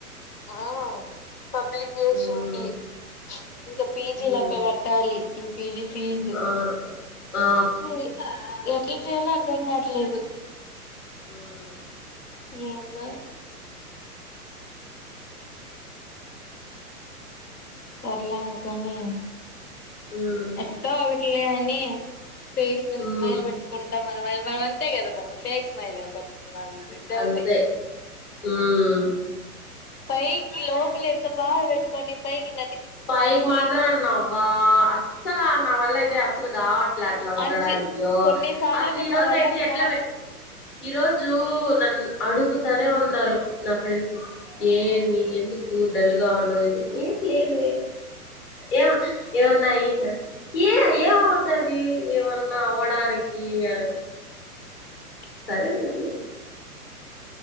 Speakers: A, on the left (about 75°); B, on the left (about 15°).
A: ఆ పబ్లికేషన్
B: ఉమ్
A: కి ఇంకా పీజీ
B: ఉమ్
A: లెక్క కట్టాలి ఈ పీజీ ఫీజు
B: ఆ ఆ
A: అసలు ఎట్లా చేయాలో అర్ధం కావట్లేదు
B: మ్మ్
A: ఏందు సర్లే అనుకని
B: మ్మ్
A: ఎట్ో అర్లే అని ఫేస్ మీద
B: మ్మ్
A: స్మైల్ పెట్టుకుంటాం మనం మన అంతే కదా పండి ఫేక్ స్మైల్ అయిపోతుంది మద్దారుద
B: అంతే మ్మ్
A: పైకి లోపలి ఎంత బాధ పెట్టుకని పైకి న
B: పైకి మాత్రం అన్నావ్వా అస్సలు నా వల్ల అయితే అస్సలు కాబట్టి అలా అట్లా ఉండడానికిో
A: అంజి కొన్నిసార్లు
B: అసలు
A: కూడా
B: ఈ
A: నా
B: రోజు
A: వల్ల
B: అయితే
A: కాక
B: ఎట్లా ఈ రజు రజు నన్న అడుగుతానే ఉన్నారు నా ఫ్రెండ్స్ ఏమి ఎందుకు డల్గా ఉన్నాదు ఏం లేద
A: <inaudible>
B: ఏమ ఏమన్నా అయ్యింద ఏ ఏమవుతుది ఏమన్నా అవడానికి అ
A: <inaudible>
B: సరేలే అం